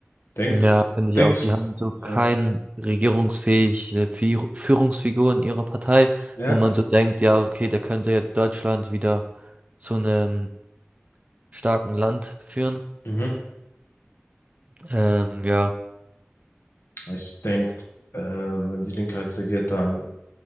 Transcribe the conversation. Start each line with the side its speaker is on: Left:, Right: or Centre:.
Left: Denkst
Right: ja,
Left: du?
Right: finde ich
Left: Denkst
Right: auch. Die haben so kein
Left: Ja.
Right: regierungsfähige Fi- Führungsfigur in ihrer Partei,
Left: Ja.
Right: wo man so denkt, ja, okay, der könnte jetzt Deutschland wieder zu einem starken Land führen.
Left: Mhm.
Right: Ähm, ja,
Left: Ich denke, ähm, wenn die Linke halt regiert, dann